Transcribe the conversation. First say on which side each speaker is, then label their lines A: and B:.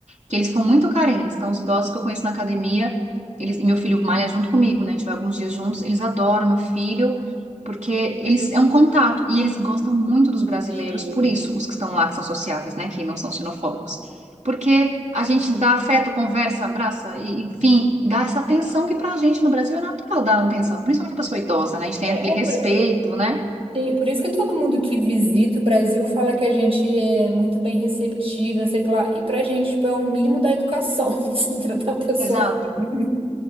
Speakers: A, on the right; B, on the right.
A: que eles ficam muito carentes. Então, os idosos que eu conheço na academia, eles, e meu filho malha junto comigo, né? A gente vai alguns dias juntos, eles adoram meu filho porque eles é um contato e eles gostam muito dos brasileiros,
B: Sim.
A: por isso os que estão lá que são sociáveis, né, que não são xenofóbicos. Porque a gente dá afeto, conversa, abraça, e, enfim, dá essa atenção que pra gente no Brasil é natural dar atenção, principalmente a pessoa idosa, né? A gente tem
B: É,
A: aquele
B: é
A: respeito,
B: por, é-
A: né?
B: tem- por isso que todo mundo que visita o Brasil fala que a gente é muito bem receptivo, não sei o que lá. E pra gente, tipo, é o mínimo da educação <laughs> se tratar a pessoa
A: Exato,
B: bem.